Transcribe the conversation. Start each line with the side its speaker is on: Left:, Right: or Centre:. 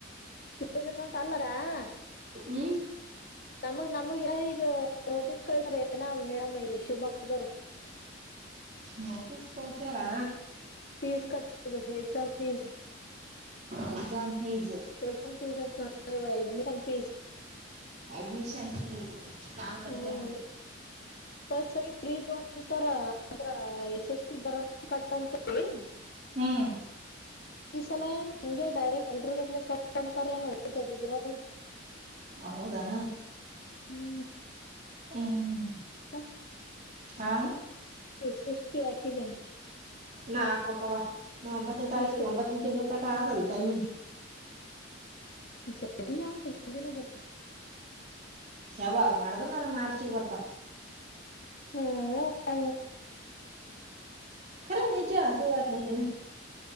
Left: ವಿಲೆಜ್ ಅಕೌಂಟ್ ಅಲ್ಲ <unintelligible>
Right: ಹ್ಮ.
Left: ನಮಗ್ ನಮಗ ಈಗ ನೋಟಿಸ್ ಕಳಿಸ್ಯಾರ ಏನ ಮೇಡಮ್ ಇಲ್ಲಿ ಶಿವಮೊಗ್ಗದವರು.
Right: ನೋಟಿಸ್ ಕಳಿಸ್ಯಾರಾ
Left: ಫೀಸ್ ಕಟ್ಟುದು exam fees
Right: exam ಪೀಜ.
Left: Exam fees ಅಂತ್ನಿ ನೊಡೆವ್ವಾ ಎಡ್ಮಿಷನ್ ಫೀಸ್
Right: ಎಡ್ಮಿಷನ್ ಫೀಸ್ ನಾವ್ ಕಟ್ಟಿರ್
Left: ಹ್ಮ್ <unintelligible> ಅಂದ್ರ ಎಸ್ ಎಸ್ ಪಿ ಬರದ ಕಟ್ಟಂತ್ ಏಯ್
Right: ಹ್ಮ್.
Left: ಈ ಸಲ ಏನ್ ಹಂಗೆ ಡೈರೆಕ್ಟ್ ಎಲ್ರಿಗತ್ನೆ ಕಟ್ ಅಂತಾರ್ ಏನ <unintelligible>
Right: ಹೌದನ
Left: ಹ್ಮ್
Right: ಹ್ಮ್
Left: <unintelligible>
Right: ಹಾ.
Left: ಎಸ್ ಎಸ್ ಪಿ ಹಾಕಿದ್ಯಾ
Right: ನಾ ಅಕ್ಬಕವಾ ನಾ ಒಂಬತ್ನೇ ತಾರೀಕಿ
Left: ಎಸ್
Right: ಒಂಬತ್ನೇ ತಿಂಗ್ಳು ತಕ ಆಗಲ್ ಟೈಮಿಂಗ್.
Left: ಜಲ್ದಿ ಅಕ್ ಜಲ್ದಿನೇ ಬರ್ತವ್.
Right: ಯಾವಾಗ್ ಮಾಡಿದ್ರು ನನಾವ್ ಮಾರ್ಚಿಗ್ ಬರ್ತವ್.
Left: ಹೊ ಹೊ.
Right: ಕರೆ ನಿಜ್ಜ. <unintelligible>